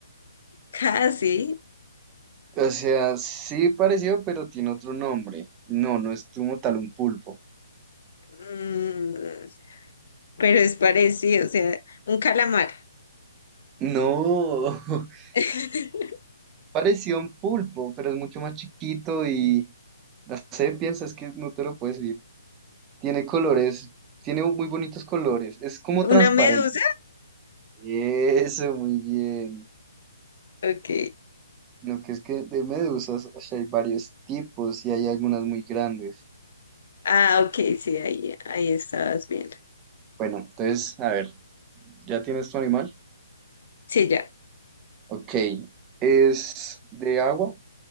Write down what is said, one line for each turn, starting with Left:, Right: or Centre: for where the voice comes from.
Left: casi,
Right: O sea, sí parecido, pero tiene otro nombre. No, no es como tal un pulpo.
Left: mm, pero es parecido, o sea, un calamar.
Right: No. <laughs>
Left: <laughs>
Right: Parecido a un pulpo, pero es mucho más chiquito y la sé, piensas que no te lo puedes decir. Tiene colores, tiene muy bonitos colores, es como
Left: Una
Right: transparente.
Left: medusa,
Right: Eso, muy bien.
Left: ok.
Right: Lo que es que de medusas o sea, hay varios tipos y hay algunas muy grandes.
Left: Ah, ok, sí, ahí, ahí estabas bien.
Right: Bueno, entonces, a ver, ¿ya tienes tu animal?
Left: Sí, ya.
Right: Ok, es de agua,